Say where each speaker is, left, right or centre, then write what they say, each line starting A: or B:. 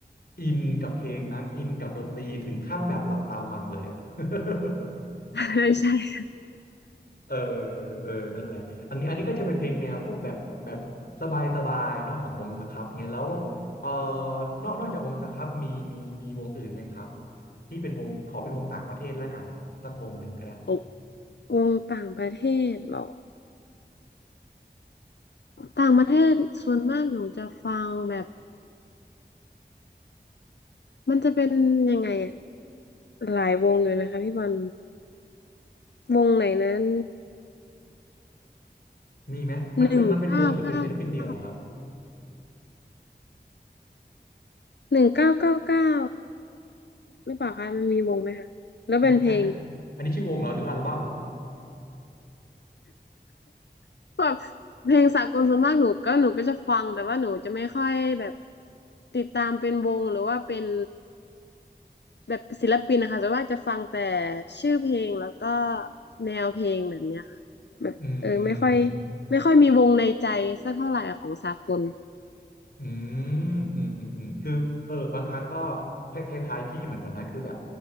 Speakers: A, on the left; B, on the left.
A: อินกับเพลงนั้นอินกับดนตรีถึงขั้นแบบหลับตาฟังเลยอ่ะ <laughs>
B: ใช่ <laughs> ใช่
A: เออเออนั่นแหละอันนี้อันนี้ก็จะเป็นเพลงแนวพวกแบบแบบสบายสบายเนาะของวงสครับเงียแล้วเออนอกนอกจากวงสครับมีมีมีวงอื่นไหมครับที่เป็นวงขอเป็นวงต่างประเทศแล้วกันสักวงหนึ่งก็ได้
B: โอบวงต่างประเทศเหรอต่างประเทศส่วนมากหนูจะฟังแบบมันจะเป็นยังไงอะหลายวงอยู่นะคะพี่บอลวงไหนนั้น
A: มีไหมมันเป็นมันเป็นวงหรือเป็นศิลปินเดี่ยวเหรอะครับ
B: หนึ่งเก้าเก้าเก้าหนึ่งเก้าเก้าเก้าหรือเปล่าคะมันมีวงไหมคะแล้วเป็นเพลง
A: อันอันอันอันนี้ชื่อวงเหรอหรือว่าอัลบั้ม
B: แบบเพลงสากลส่วนมากหนูก็หนูก็จะฟังแต่ว่าหนูจะไม่ค่อยแบบติดตามเป็นวงหรือว่าเป็น แบบศิลปินนะคะแต่ว่าจะฟังแต่ชื่อเพลงแล้วก็แนวเพลงแบบเนี้ยค่ะแบบเออไม่ค่อย
A: <laughs> อืม
B: ไม่ค่อยมีวงในใจสักเท่าไหร่ของสากล
A: อืมอืมอืมอืมคือเออบางครั้งก็คล้ายคล้ายๆพี่เหมือนกันนะคือแบบ